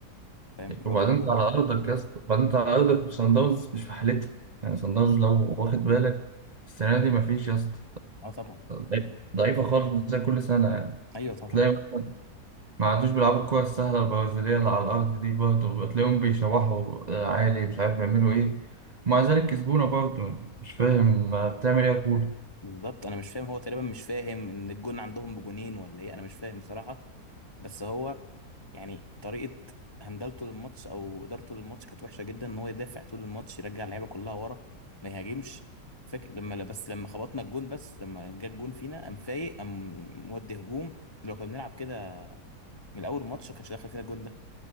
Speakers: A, on the left; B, on the right.
A: فاهم لو
B: وبعدين
A: جابوا جون
B: انت على ارضك يا اسطى وبعدين انت على ارضك وصن داونز مش في حالتها يعني صن داونز لو واخد بالك السنه دي مفيش يا اسطى
A: اه طبعا
B: ضعيف- ضعيفه خالص مش زي كل سنه يعني
A: ايوه طبعا
B: تلاقي مثلاً ما عادوش بيلعبوا الكرة السهلة البرازيلية اللي على الأرض دي برضه تلاقيهم بيشوحوا آه، عالي مش عارف بيعملوا إيه ومع ذلك كسبونا برضه يعني مش فاهم آه، بتعمل إيه يا كورة
A: بالظبط انا مش فاهم هو تقريبا مش فاهم ان الجون عندهم بجونين ولا ايه انا مش فاهم بصراحة بس هو يعني طريقة هندلته للماتش او ادارته للماتش كانت وحشة جدا ان هو يدافع طول الماتش يرجع اللعيبة كلها ورا ما يهاجمش فاكر لما لا بس لما خبطنا الجون بس لما جه الجون فينا قام فايق قام مودي هجوم لو كنا بنلعب كده من اول الماتش ما كانش داخل فينا الجون ده